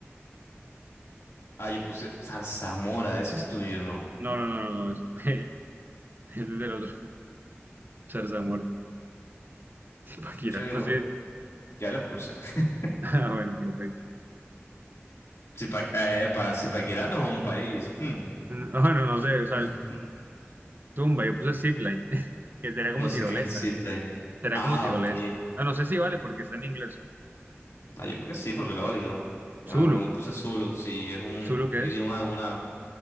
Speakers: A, on the left (about 90°); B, on the right (about 45°).
A: Ah, yo puse zarzamora. Eso es tuyo, ¿no?
B: No, no, no, no, no, es <laughs> fue- ese es del otro. Zarzamora. Shakira.
A: Yo
B: No sé.
A: ya lo puse. <laughs>
B: <laughs> Ah, bueno, perfecto.
A: Zipa, eh, pa Zipaquirá no es un país. Hmm.
B: Mm, Bueno, no sé, o sea,
A: <laughs>
B: tumba, yo puse zipline, <laughs> que sería como
A: No sé
B: tirolesa.
A: qué es el zipline.
B: Será
A: Ah,
B: como tirolesa.
A: ok.
B: No, no sé si vale porque está en inglés.
A: Ah, yo creo que sí, porque lo válido. Ah,
B: Zulu.
A: bueno, yo puse Zulu, si es un
B: ¿Zulu qué
A: idioma
B: es?
A: de una,